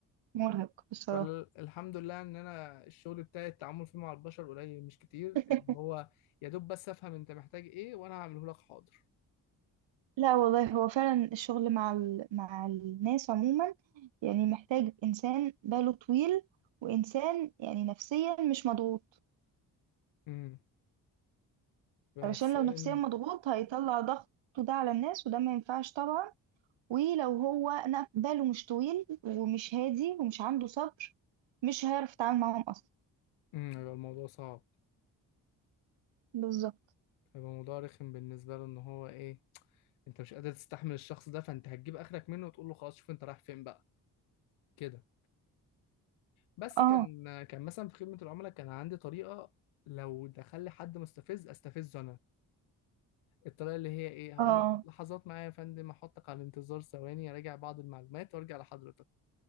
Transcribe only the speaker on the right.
مرهق بصراحة
<laughs>
لا والله هو فعلا الشغل مع ال... مع الناس عموما يعني محتاج انسان باله طويل وانسان يعني نفسيا مش مضغوط
علشان
لو نفسيا مضغوط هيطلع ضغطه ده على الناس وده ما ينفعش طبعا ولو هو ن- باله مش طويل ومش هادي ومش عنده صبر مش هيعرف يتعامل معاهم اصلا
بالظبط
اه
اه